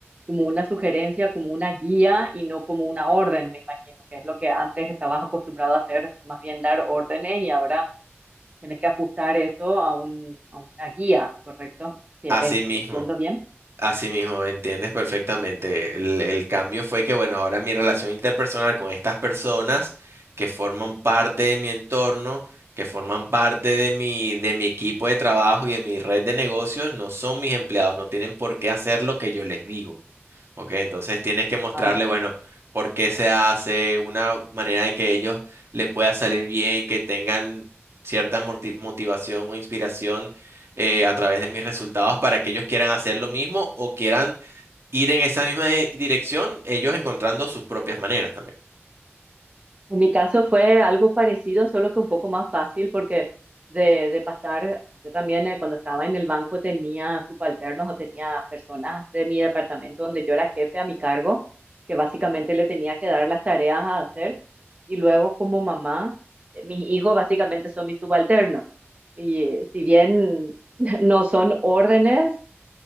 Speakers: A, on the right; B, on the right.
A: como una sugerencia, como una guía y no como una orden, me imagino, que es lo que antes estabas acostumbrado a hacer, más bien dar órdenes y ahora tienes que ajustar eso a un, a una guía, ¿correcto? Sí,
B: Asimismo.
A: eh, ¿entiendo bien?
B: Así mismo, entiendes perfectamente. El, el cambio fue que, bueno, ahora mi relación interpersonal con estas personas que forman parte de mi entorno, que forman parte de mi, de mi equipo de trabajo y de mi red de negocios, no son mis empleados, no tienen por qué hacer lo que yo les digo. Ok, entonces tienes que mostrarle,
A: Claro.
B: bueno, por qué se hace, una manera de que ellos les pueda salir bien, que tengan cierta morti- motivación o inspiración eh, a través de mis resultados para que ellos quieran hacer lo mismo o quieran ir en esa misma eh, dirección, ellos encontrando sus propias maneras también.
A: En mi caso fue algo parecido, solo que un poco más fácil, porque de, de pasar, yo también eh, cuando estaba en el banco tenía subalternos o tenía personas de mi departamento donde yo era jefe a mi cargo, que básicamente le tenía que dar las tareas a hacer. Y luego como mamá, eh, mis hijos básicamente son mis subalternos. Y eh, si bien <laughs> no son órdenes,